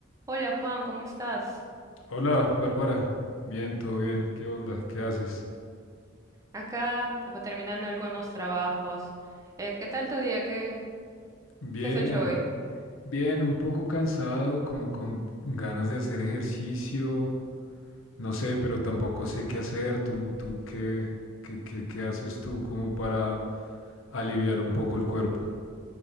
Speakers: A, on the right; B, on the left.
A: Hola Juan, ¿cómo estás?
B: Hola, Bárbara. Bien, todo bien. ¿Qué onda? ¿Qué haces?
A: Acá pues, terminando algunos trabajos. Eh, ¿qué tal tu día? ¿Qué,
B: Bien,
A: qué has hecho hoy?
B: bien, un poco cansado, como con ganas de hacer ejercicio. No sé, pero tampoco sé qué hacer. ¿Tú, tú qué, qué, qué, qué haces tú como para aliviar un poco el cuerpo?